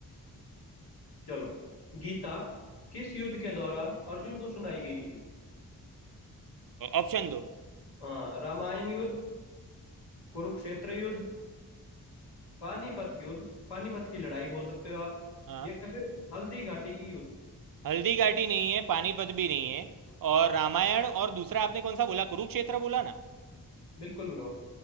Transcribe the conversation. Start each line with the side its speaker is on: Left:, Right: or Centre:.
Left: चलो गीता किस युद्ध के दौरान अर्जुन को सुनाई गई थी
Right: ऑप्शन दो
Left: हाँ रामायण युद्ध कुरुक्षेत्र युद्ध पानीपत युद्ध पानीपत की लड़ाई बोल सकते हो आप
Right: हाँ
Left: या फिर हल्दी घाटी की युद्ध
Right: हल्दी घाटी नहीं है पानीपत भी नहीं है और रामायण और दूसरा आपने कौन सा बोला कुरुक्षेत्र बोला ना
Left: बिल्कुल ब्रो